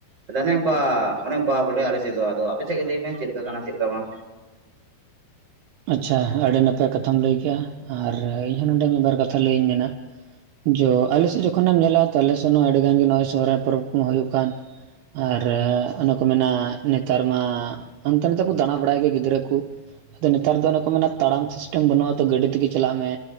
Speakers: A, on the right; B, on the right.
A: ᱟ ᱚᱱᱮ ᱚᱱᱠᱟ ᱚᱱᱮ ᱚᱱᱠᱟ ᱵᱚᱞᱮ ᱟᱞᱮ ᱥᱮᱫ ᱫᱚ ᱟᱫᱚ ᱟᱯᱮ ᱥᱮᱫ ᱜᱮ ᱞᱟᱹᱭ ᱢᱮ ᱪᱮᱫ ᱞᱮᱠᱟ ᱠᱟᱱᱟ ᱪᱮᱫ ᱞᱮᱠᱟ ᱵᱟᱝ
B: ᱟᱪᱪᱷᱟ ᱟᱹᱰᱤ ᱱᱟᱯᱟᱭ ᱠᱟᱛᱷᱟᱢ ᱞᱟᱹᱭ ᱠᱮᱫᱮᱜᱼᱟ ᱟᱨ ᱤᱧᱦᱚᱸ ᱱᱚᱰᱮ ᱢᱤᱫᱵᱟᱨ ᱠᱟᱛᱷᱟ ᱞᱟᱹᱭᱟᱹᱧ ᱢᱮᱱᱟ ᱡᱚ ᱟᱞᱮᱥᱮᱫ ᱡᱚᱠᱷᱚᱱᱮᱢ ᱧᱮᱞᱟ ᱛᱚ ᱟᱞᱮᱥᱮᱫ ᱦᱚᱸ ᱟᱹᱰᱤ ᱜᱟᱱ ᱜᱮ ᱱᱚᱼᱜᱚᱭ ᱥᱚᱦᱚᱨᱟᱭ ᱯᱚᱨᱚᱵᱽ ᱦᱚᱸ ᱦᱩᱭᱩᱜ ᱠᱟᱱ ᱟᱨ ᱚᱱᱮᱠᱚ ᱢᱮᱱᱟ ᱱᱮᱛᱟᱨ ᱢᱟ ᱦᱟᱱᱛᱮ ᱱᱟᱛᱮ ᱠᱚ ᱫᱟᱬᱟ ᱵᱟᱲᱟᱭ ᱜᱮ ᱜᱤᱫᱽᱨᱟᱹ ᱠᱚ ᱟᱫᱚ ᱱᱮᱛᱟᱨ ᱫᱚ ᱚᱱᱮ ᱠᱚ ᱢᱮᱱᱟ ᱛᱟᱲᱟᱢ ᱥᱤᱥᱴᱮᱢ ᱵᱟᱹᱱᱩᱜᱼᱟ ᱛᱚ ᱜᱟᱹᱰᱤ ᱛᱮᱜᱮ ᱪᱟᱞᱟᱜ ᱢᱮ᱾